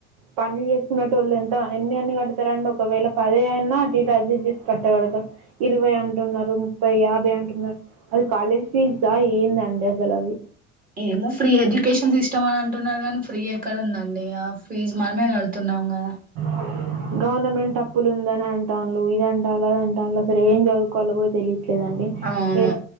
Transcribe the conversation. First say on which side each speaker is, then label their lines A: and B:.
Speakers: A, on the right (about 50°); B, on the right (about 20°).
A: పనులు చేసుకున్నెట్టోళ్ళు ఎంత ఎన్ని అన్ని కడతారండి ఒకవేళ పది అయినా అటు ఇటు అర్జెస్ట్ చేసి కట్టగలుగుతాం ఇరవై అంటున్నారు ముప్పై యాభై అంటున్నారు అది కాలేజ్ ఫీజా ఏం దండి అసలవి
B: ఏమో ఫ్రీ ఎడ్యుకేషన్ సిస్టమ్ అని అంటున్నారు గానీ ఫ్రీ ఎక్కడ ఉందండి ఆ ఫీజ్ మనమే గడుతున్నా టం గదా
A: అ గవర్నమెంట్ అప్పులు ఉందని అంటాను ఇది అంటాల అద అంట వాళ్ అసలు ఏం చదువుకోవాలో కూడా తెలియ ట్లేదండి
B: అవును
A: ఏ